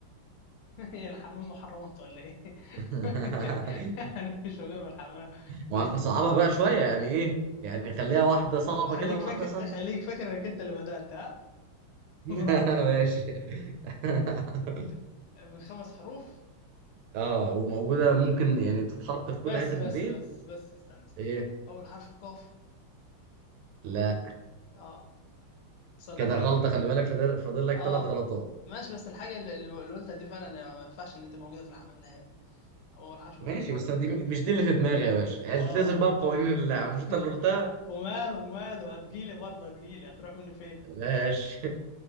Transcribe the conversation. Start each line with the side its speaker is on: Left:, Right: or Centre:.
Left: <laughs> هي الحمام محرمات ولا إيه؟
Right: <laughs>
Left: <laughs> يعني مش موجودة في الحمام
Right: وهنصعبها
Left: بس
Right: بقى شوية يعني إيه يعني خليها واحدة صعبة
Left: خليك
Right: كده وواحدة
Left: فاكر
Right: سهلة
Left: خليك فاكر إنك أنت اللي بدأت ها؟
Right: <laughs>
Left: براحة
Right: ماشي <laughs>
Left: <laughs> من خمس حروف
Right: اه وموجودة ممكن يعني تتحط في كل
Left: بس
Right: حتة
Left: بس
Right: في البيت
Left: بس بس استنى استنى
Right: ايه
Left: أول حرف القاف
Right: لا
Left: اه صدى
Right: كده
Left: الحاجة
Right: غلطة خلي بالك فاضل فاضل لك
Left: اه
Right: ثلاث غلطات
Left: ماشي بس الحاجة اللي, اللي اللي قلتها دي فعلا ما ينفعش ان تبقى موجودة في الحمام نهائي هو الحرف من
Right: ماشي
Left: القاف
Right: بس دي مش دي اللي في دماغي يا باشا يعني
Left: اه
Right: لازم بقى بقوانين اللعب مش انت
Left: <laughs>
Right: اللي قلتها
Left: وماله وماله هتجيلي برضه هتجيلي هتروح مني فين
Right: ماشي